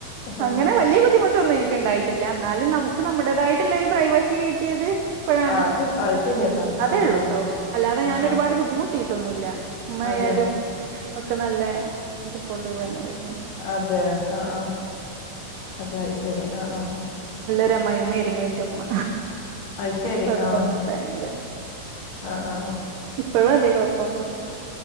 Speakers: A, on the left (about 70°); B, on the right (about 80°).
A: ആഹ്
B: അങ്ങനെ വല്ല്യ ബുദ്ധിമുട്ടൊന്നും എനിക്ക് ണ്ടായിട്ടില്ല ന്നാലും നമുക്ക് നമ്മുേടെതായിട്ട്ള്ള ഒരു പ്രൈവസി ഇത് ഇപ്പഴാണ്
A: അത് അത് ശരിയാണ്
B: ഉ അതേ
A: ആഹ്
B: ള്ളൂട്ടോ
A: ആഹ്
B: അല്ലാതെ ഞാനോരുപാട്
A: ആഹ് ആഹ്
B: ബുദ്ധിമുട്ടി ട്ടൊന്നുല്ല മ്മയാലും
A: അതെ
B: ഒക്കെ നല്ല സപ്പോർട്ടീവ് തന്നെയ് ര്
A: അതെ ആ ആ അതായ ശരി ആ ആ
B: ന്റെ അമ്മായയമ്മായിരുന്നു എന്റെ <unintelligible> ഉമ്മ
A: അത് ശരി
B: കൊഴപ്പൊന്നും
A: ആഹ്
B: ഇണ്ടായിരുന്നില്ല
A: ആഹ് ആ
B: ഇപ്പഴും അതെ കൊയ്പ്പൊന്നുള്ള